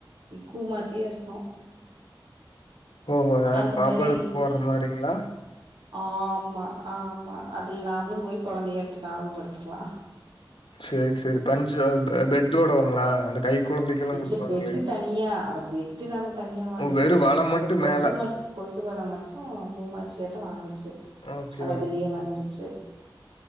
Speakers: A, on the right; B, on the left.
A: கூமாச்சியா இருக்கு
B: ஓஹோ யாரு
A: அந்த
B: பாப்பால்க்கு
A: மாரி
B: போடுற மாரிங்ளா
A: ஆமா ஆமா அதுல நாமளு போய் கொழந்தையாட்டோ நாமளு படுத்துக்லா
B: செர் செரி பஞ்சு பெட்டோடவாங்களா அந்த கை குழந்தைக்கெல்லாம்
A: இல்ல
B: குடுப்பாங்களே.
A: பெட்டு தனியா அட பெட்டு நம்ம தனியா வாங்கிச்சு
B: வெறும் வல
A: அந்த
B: மட்டும்
A: கொசு
B: மேல.
A: மட் கொசுவல மட்டு கூமாச்சியாட்டோ வாங்குச்சு
B: ஓகே
A: அது அதுலயே வந்துச்சு